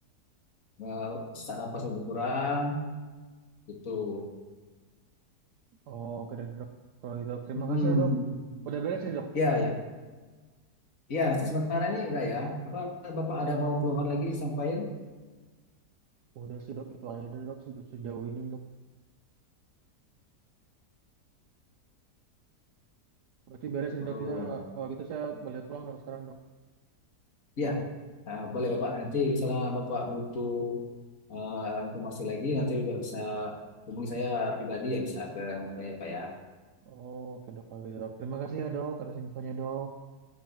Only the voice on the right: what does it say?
oh oke deh dok kalau gitu dok. Terima
kasih ya dok. Udah beres nih dok.
Udah sih dok itu aja deh, dok se- sejauh ini dok. Berarti beres nih
dok. Saya, kalau gitu saya boleh pulang dok sekarang dok.
Oh, oke dok, oke dok. Terima kasih ya dok atas infonya dok.